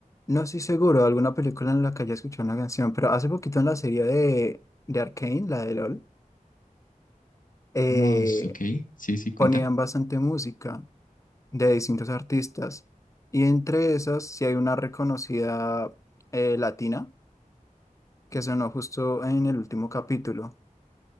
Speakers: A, on the left; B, on the left.
A: no estoy seguro de alguna película en la que haya escuchado una canción, pero hace poquito en la serie de, de Arcane, la de LOL, eh,
B: Ah, s- ok, sí, sí, cuenta.
A: ponían bastante música de distintos artistas. Y entre esas, sí hay una reconocida eh, latina que sonó justo en el último capítulo.